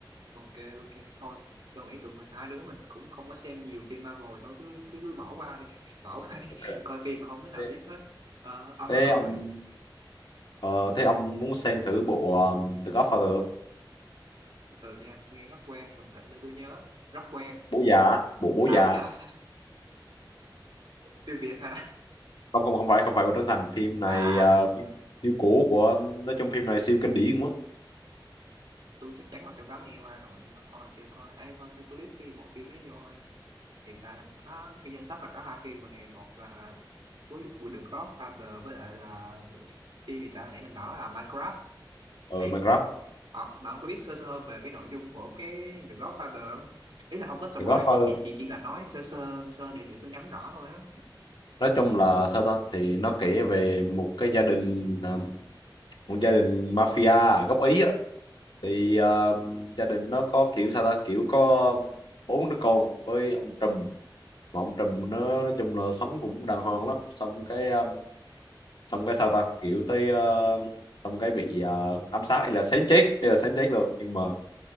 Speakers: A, on the right; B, on the left.
A: ok ok thôi tôi nghĩ tụi mình hai đứa mình cũng không có xem nhiều phim Marvel thôi cứ cứ, cứ bỏ qua đi <laughs> bỏ qua đi.
B: Ok.
A: coi phim mà không đứa nào
B: Thế
A: biết hết ờ, ông
B: thế
A: có coi
B: ông
A: mấy
B: ờ, thế ông muốn xem thử bộ um, The Godfather không
A: từ nha nghe rất quen mình thật để tôi nhớ rất quen
B: bố già á, bộ bố
A: à,
B: già á.
A: <laughs> phim Việt hả
B: không không không phải không phải của Trấn Thành phim này
A: à,
B: ờ,
A: à à,
B: phim siêu cổ của nói chung phim này siêu kinh điển quá
A: tôi chắc chắn là tôi có nghe qua rồi nhưng mà coi chưa coi ấy thôi tôi có list cái bộ phim ấy vô ấy. hiện tại là mình có cái danh sách là có hai phim rồi nè một là với với The Godfather với lại là phim gì ta nãy mình bảo là Minecraft
B: Ở
A: Ê,
B: ừ mà
A: họ bạn không có biết sơ sơ về cái nội dung của cái The Godfather không ý là không có spoil
B: The Godfather
A: chị chị chị chỉ là nói sơ sơ sơ để để tôi nắm rõ thôi á
B: nói chung là sao ta thì nó kể về một cái gia đình ờ, một gia đình mafia gốc Ý á. thì ờ, gia đình nó có kiểu sao ta kiểu có bốn đứa con với ông Trùm mà ông Trùm nó nói chung là sống cũng đàng hoàng lắm xong cái ờ, xong cái sao ta kiểu tới ờ, xong cái bị ờ, ám sát hay là xém chết hay là xém chết luôn nhưng mà